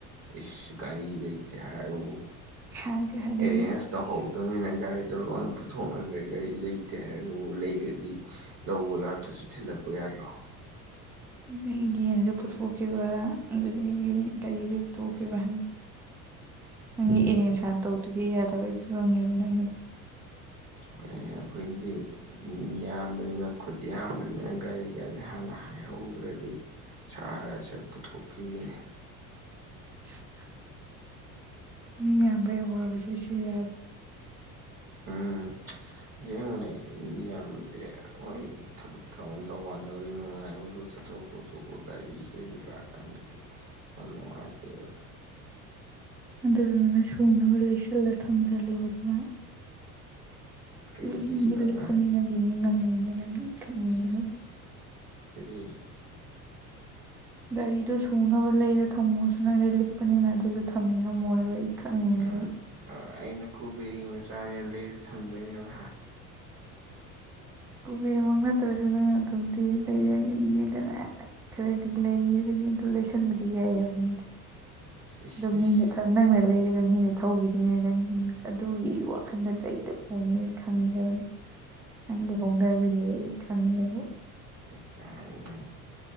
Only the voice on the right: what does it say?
ꯏꯁ ꯒꯥꯔꯤ ꯂꯩꯇꯦ ꯍꯥꯏꯔꯒꯕꯨ
ꯑꯦꯔꯦꯟꯖ ꯇꯧꯍꯧꯗꯝꯅꯤꯅ ꯒꯥꯔꯤꯗꯣ ꯂꯣꯏ ꯄꯨꯊꯣꯛꯅꯈ꯭ꯔꯦ ꯒꯥꯔꯤ ꯂꯩꯇꯦ ꯍꯥꯏꯔꯒ ꯂꯩꯔꯗꯤ ꯂꯧꯕ ꯂꯥꯛꯇ꯭ꯔꯁꯨ ꯊꯤꯜꯂꯛꯄ ꯌꯥꯗ꯭ꯔꯣ
ꯑꯗꯨꯅ ꯑꯩꯈꯣꯏꯗꯤ ꯃꯤ ꯌꯥꯝꯕꯅꯤꯅ ꯈꯨꯠ ꯌꯥꯝꯕꯅꯤꯅ ꯒꯥꯔꯤꯒꯥꯁꯦ ꯍꯥꯟꯅ ꯍꯥꯏꯍꯧꯗ꯭ꯔꯗꯤ ꯁꯥꯠ ꯁꯥꯠ ꯄꯨꯊꯣꯛꯈꯤꯕꯤꯅꯤ
ꯑꯝ ꯌꯦꯡꯉꯨꯅꯦ ꯃꯤ ꯌꯥꯝꯃꯗꯤ ꯍꯣꯏ ꯊꯕꯛ ꯊꯧꯔꯝ ꯇꯧꯒꯥꯟꯗꯕꯨ ꯅꯨꯡꯉꯥꯏꯕꯨ ꯇꯧꯕꯣ ꯇꯧꯕꯣ ꯒꯥꯔꯤꯒꯤ ꯀꯩꯒꯤ ꯂꯥꯛꯒꯥꯟꯗꯗꯤ ꯌꯥꯝ ꯅꯨꯡꯉꯥꯏꯇꯦꯕ
ꯀꯔꯤ
ꯂꯩꯁꯤꯜꯂꯒ
ꯀꯔꯤ
ꯎꯝ ꯑꯩꯅ ꯀꯣꯕꯦꯔꯒꯤ ꯃꯆꯥꯅꯤꯅ ꯂꯩꯔ ꯊꯝꯗꯣꯏꯅꯦꯕ
ꯏꯁ
ꯏꯁ
ꯏꯁ
<unintelligible> ꯑꯗꯨ